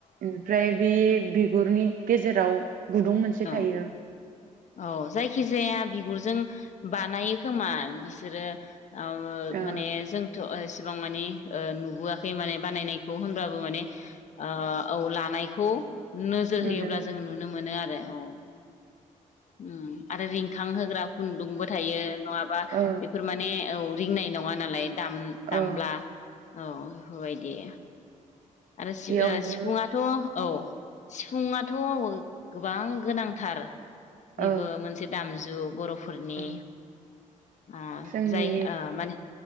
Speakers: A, on the right (about 75°); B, on the left (about 60°).
A: ओमफ्राय बे बिगुरनि गेजेराव गुदुं मोनसे
B: औ
A: थायो।
B: औ जायखि जाया बिगुरजों बानायो खोमा बिसोरो अम
A: ओ
B: माने जोंथ बेसेबां माने ओ नुबोआखै माने बानायनायखौ बाबो माने ओ औ लाम माइखौ नोजोर
A: नुदों
B: होयोब्ला जों नुनो मोनो आरो औ ओं आरो रिंखां होग्रा खुन्दुंबो थायो नङाबा
A: औ
B: बेफोर माने औ रिंनाय नङा नालाय दाम-दामब्ला
A: औ
B: औ बेफोरबायदि आरो सिउ
A: बेयावबो
B: ओ सिफुङाथ' औ सिफुङाथ गोबां गोनांथार बेबो
A: औ
B: मोनसे दामजु बर' फोरनि
A: औ।
B: ओ
A: जोंनि
B: जाय ओ माने